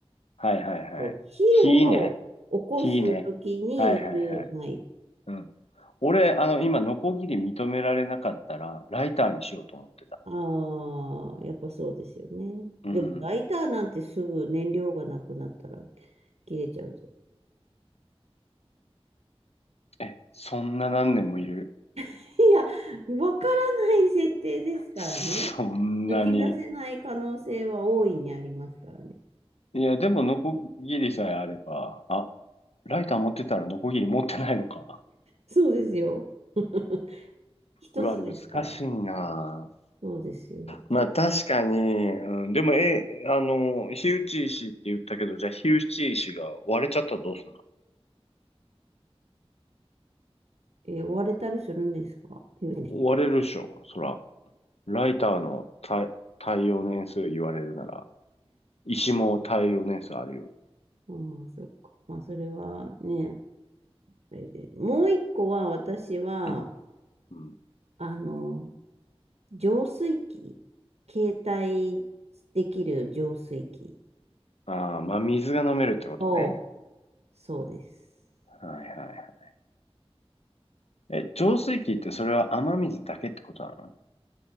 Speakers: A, on the left; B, on the right.
A: はいはいはい。
B: こう、火を起こすときに行く、
A: 火ね。火ね。はいはいはい。
B: はい。
A: うん。俺、あの、今、ノコギリ認められなかったら、ライターにしようと思ってた。
B: ああ、やっぱそうですよね。
A: うん。
B: でも、ライターなんてすぐ燃料がなくなったら切れちゃう。
A: え、そんな何年もいる。
B: <laughs> いや、わからない設定ですからね。
A: そんなに。
B: 抜け出せない可能性は大いにありますからね。
A: いや、でも、ノコギリさえあれば、あ、ライター持ってたらノコギリ持ってないのか。
B: そうですよ。<laughs> 一つですから。
A: うわ、難しいな。
B: そうですよ。
A: まあ確かに、うん、でも、え、あの、火打ち石って言ったけど、じゃあ火打ち石が割れちゃったらどうすんの
B: えー追われたりするんですか言
A: 割れるっしょ、そら。ライターの耐、耐用年数言われるなら、石も耐用年数あるよ。
B: ああー、そっか。まあ、それはね、あれで。もう一個は、私は、
A: うん。うん。
B: あの、浄水器、携帯できる浄水器
A: ああ、まあ水が飲めるってことね。
B: を、そうです。
A: はいはいはい。え、浄水器ってそれは雨水だけってことなの